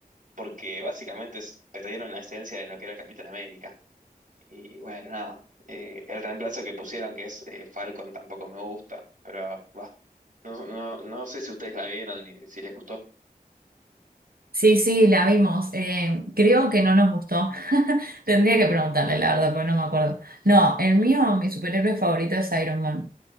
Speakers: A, on the right (about 60°); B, on the right (about 80°).
A: porque básicamente es- perdieron la esencia de lo que era el Capitán América. Y bueno, nada, eh, el reemplazo que pusieron, que es eh, Falcon, tampoco me gusta, pero va. No, no, no sé si ustedes la vieron y si les gustó.
B: Sí, sí, la vimos. Eh, creo que no nos gustó. <laughs> Tendría que preguntarle, la verdad, porque no me acuerdo. No, el mío, mi superhéroe favorito es Iron Man.